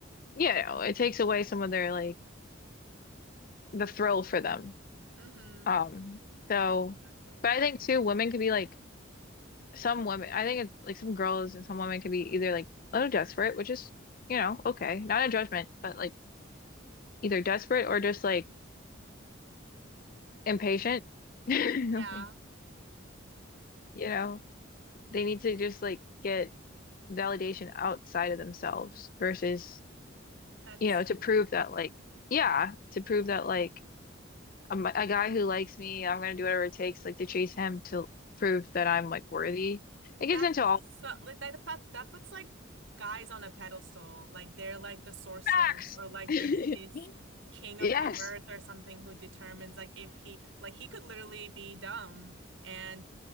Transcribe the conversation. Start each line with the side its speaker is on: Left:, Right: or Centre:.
Left: you know, it takes away some of their like the thrill for them.
Right: Mm-hmm.
Left: Um, so
Right: Exactly.
Left: but I think too, women could be like some women I think it's like some girls and some women could be either like a little desperate, which is, you know, okay. Not a judgment, but like either desperate or just like impatient. <laughs> Like,
Right: Yeah,
Left: you know, they need to just like get validation outside of themselves versus,
Right: that's
Left: you know, to prove that like, yeah, to prove that like a, m- a guy who likes me, I'm gonna do whatever it takes, like to chase him to prove that I'm like worthy. It gets
Right: That
Left: into
Right: puts
Left: all
Right: uh, like that that that puts like guys on a pedestal, like they're like the sorcerers
Left: Facts.
Right: or like
Left: <laughs>
Right: this this king of
Left: Yes.
Right: the earth or something who determines like if he like he could literally be dumb and